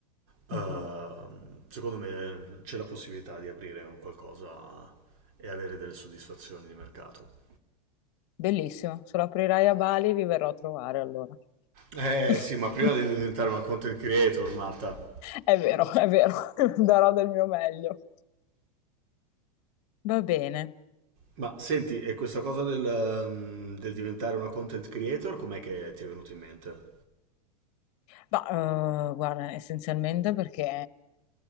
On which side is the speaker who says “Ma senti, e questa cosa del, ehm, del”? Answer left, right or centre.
Right